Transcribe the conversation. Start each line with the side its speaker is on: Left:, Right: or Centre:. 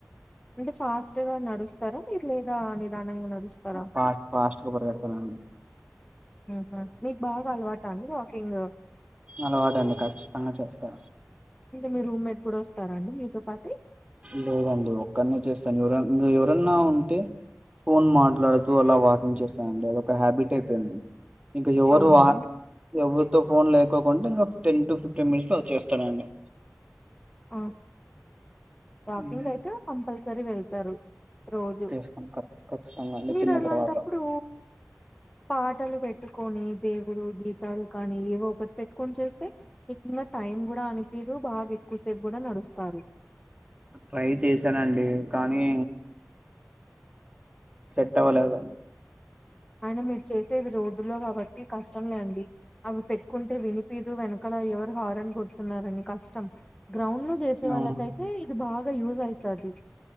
Left: అంటే ఫాస్ట్ గా నడుస్తారా మీరు లేదా నిదానంగా నడుస్తారా?
Right: ఫాస్ట్ ఫాస్ట్గా పరిగెడతానండి
Left: ఆహా మీకు బాగా అలవాటా అండి వాకింగ్
Right: అలవాటండి ఖచ్చితంగా చేస్తా
Left: మీ రూమ్మెట్ కూడా వస్తారా అండి మీతో పాటు
Right: లేదండి ఒక్కడినే చేస్తాను ఎవరన్నా ఎవరన్నా ఉంటే ఫోన్ మాట్లాడుతూ అలా వాకింగ్ చేస్తానండి అదొక్క హ్యాబిట్ అయిపోయింది ఇంకా ఎవరు
Left: అవునా?
Right: వా ఎవరితో ఫోన్ లేకోకుంటే ఇంకొక టెన్ టు ఫిఫ్టీన్ మినిట్స్ లో వచ్చేస్తానండి
Left: ఓ వాకింగ్
Right: మ్మ్.
Left: అయితే కంపల్సరీ వెళ్తారు రోజు
Right: చేస్తాను ఖ ఖచ్చితంగా అండి
Left: మీరు
Right: తిన్న
Left: అలాంటప్పుడు
Right: తర్వాత
Left: పాటలు పెట్టు కొని దేవుడు గీతాలు కానీ ఏవో ఒకటి పెట్టుకొని చేస్తే మీక ఇంకా టైం కూడా అనిపీదు బాగా ఎక్కువసేపు కూడ నడుస్తారు
Right: ట్రై చేశానండి కానీ సెట్టవలేదు
Left: అయిన మీరు చేసేది రోడ్డులో కాబట్టి కష్టం లేండి అవి పెట్టుకుంటే విని పీదు వెనకాల ఎవరు హారన్ కొడుతున్నారని కష్టం గ్రౌండ్ లో చేసే
Right: అవును
Left: వాళ్ళకైతే ఇది బాగా యూస్ అయితాది